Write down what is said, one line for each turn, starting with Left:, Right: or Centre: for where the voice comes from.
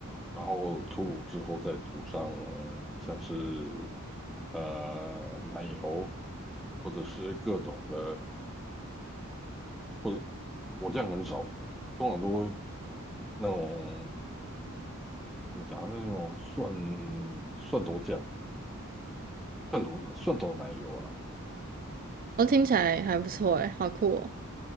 Centre: 然后出炉之后再涂上像是呃奶油或者是各种的，或者我酱很少，通常都会那种。怎么讲？那种蒜蒜头酱、蒜头蒜头奶油啊，
Right: 哦，听起来还不错诶，好酷哦。